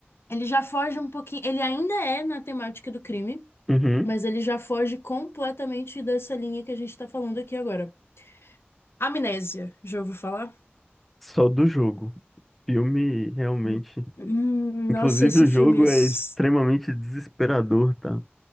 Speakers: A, on the left; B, in the centre.
A: ele já foge um pouquinho, ele ainda é na temática do crime,
B: Uhum.
A: mas ele já foge completamente dessa linha que a gente tá falando aqui agora. Amnésia, já ouviu falar?
B: Só do jogo. Filme realmente.
A: Hum, hum,
B: Inclusive,
A: nossa, esse
B: o
A: filme
B: jogo
A: é. s-
B: é extremamente desesperador, tá?